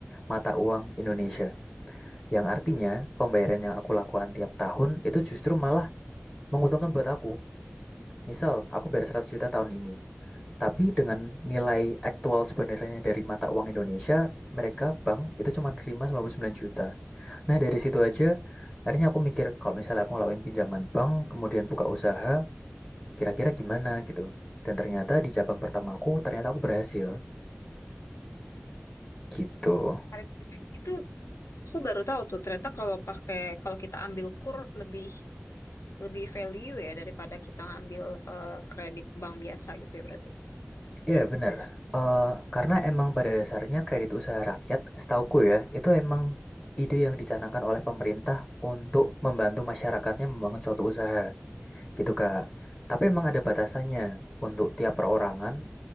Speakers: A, on the left; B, on the left.
A: mata uang Indonesia. Yang artinya pembayaran yang aku lakukan tiap tahun itu justru malah menguntungkan buat aku. Misal aku bayar 100 juta tahun ini, Tapi dengan nilai aktual sebenarnya dari mata uang Indonesia, mereka bank itu cuma nerima 99 juta. Nah, dari situ aja akhirnya aku mikir kalau misalnya aku ngelakuin pinjaman bank, kemudian buka usaha, kira-kira gimana gitu. Dan ternyata di cabang pertama aku, ternyata aku berhasil gitu.
B: tarik balik. Itu aku baru tahu tuh ternyata kalau pakai kalau kita ambil kur lebih lebih value ya daripada kita ngambil eh, kredit bank biasa gitu ya berarti.
A: Iya, bener. Eh, karena emang pada dasarnya kredit usaha rakyat, setauku ya, itu emang ide yang dicanangkan oleh pemerintah untuk membantu masyarakatnya membangun suatu usaha. Gitu, Kak. Tapi memang ada batasannya. Untuk tiap perorangan